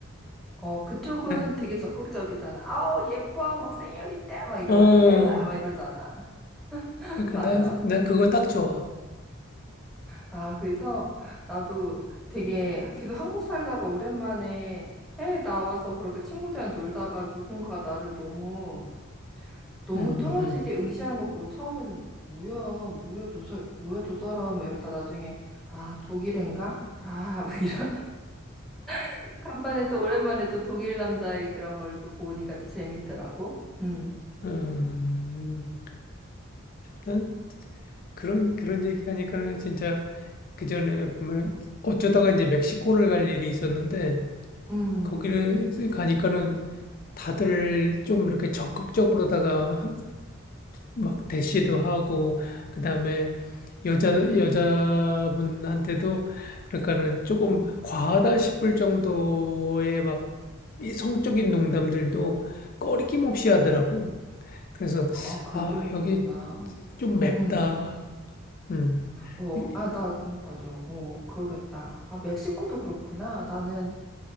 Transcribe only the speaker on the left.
네.
어,
그러니까
나, 나 그거 딱 좋아.
음,
음,
음. 음, 난 그런, 그런 얘기하니까는 진짜 그 전에 보면 어쩌다가 이제 멕시코를 갈 일이 있었는데
거기를 가니까는 다들 좀 이렇게 적극적으로다가 막 대시도 하고 그다음에 여자 여자분한테도 그러니까는 조금 과하다 싶을 정도의 막이 성적인 농담들도 꺼리낌 없이 하더라고. 그래서
아,
여기 좀
맵다.
음.
이-